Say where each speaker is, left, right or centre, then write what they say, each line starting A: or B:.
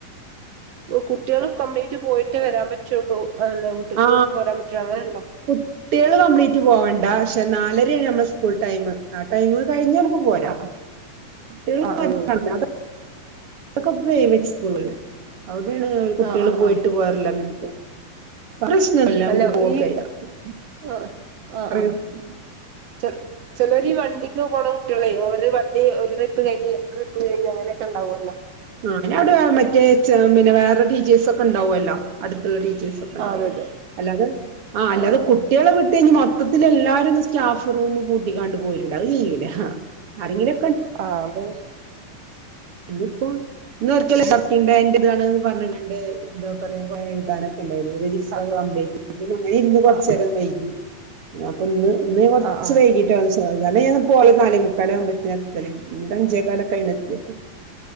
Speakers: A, on the right; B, on the right.
A: കുട്ടികളും കംപ്ലീറ്റ് പോയിട്ടേ വരാൻ പറ്റുള്ളൂ അല്ല വീട്ടിക്ക്
B: ആ
A: പോരാൻ പറ്റുള്ളൂ അങ്ങനെണ്ടോ
B: കുട്ട്യേള് കംപ്ലീറ്റ് പോവണ്ട ഷ് പക്ഷെ നാലരയാണ് നമ്മൾ സ്കൂൾ ടൈം ആ ടൈം കഴിഞ്ഞ മക്ക് പോരാ
A: ആഹ്
B: കുട്ടിക
A: ആഹ്
B: <unintelligible>
A: ആഹ് അങ്ങനെ
B: അക്കെ പ്രൈവറ്റ് സ്കൂള് അവിടെണ്ട് കുട്ടിയാള്
A: ആഹ് ആഹ്
B: പോയിട്ട്
A: ആഹ്
B: പോരല്ലങ്ങനെ പ്രശ്നല്ല നമക്ക്
A: അല്ല
B: പോവക്കയ്യ
A: ഈ ആഹ്
B: <unintelligible>
A: ആഹ് ആഹ് ചെ ചെലര് വണ്ടിക്ക് പോണ കുട്ടികളെ ഒരു വണ്ടി ഒരു ട്രിപ്പ്ഴിഞ്ഞ് രണ്ട് ട്രിപ്പ് കഴിഞ് അങ്ങനെക്കെ ഉണ്ടാവുല്ലോ
B: ആ അങ്ങനെ അവിടെ മറ്റേ പിന്നെ വേറെ ടീച്ചേഴ്സ് ഒക്കെ ഉണ്ടാവുമല്ലോ അടുത്തുള്ള ടീ ചേസൊക്കെണ്ടാവല്ലോ
A: ആ അതെ അതെ
B: അല്ലാതെ ആ അല്ലാതെ
A: ആഹ്
B: കുട്ടിളെ വി കെ മൊത്തത്തില് എല്ലാരും ത് സ്റ്റാഫ് റൂമ് പൂട്ടിക്കാണ്ട് പോരൂല്ല അത് ചെയ്യൂല്ല ആരെങ്കിലു
A: ആഹ് ബയി
B: ഇന്നിപ്പോ ഇന്ന്ഒറ്റല്ലെ കട്ടിങ് ഡെ അയിന്റെ ഇതാണ്ന്ന് പർഞ് ണ്ടണ്ട് ന്താ പറയാ കൊഏ എഴുതാനൊക്കെ ണ്ടായിന്ന് രജിസ്റ്റർ
A: അത്
B: കംപ്ലീറ്റ് പ അങ്ങനെ ഇന്ന് കൊർചേരം
A: ആഹ്
B: വൈകി ന്നാപ്പന്ന് ഇന്നെയി കൊർച്ച്
A: ആഹ് ആഹ് ആഹ്
B: വൈകിട്ടാ സ് <unintelligible> നാലേ മുക്കാല ആവുമ്പൊത്യാത്തെല് ഇണ്ട അഞ്ചേക്കാലക്കെ ആയീണ് ത്തിയപ്പൊ.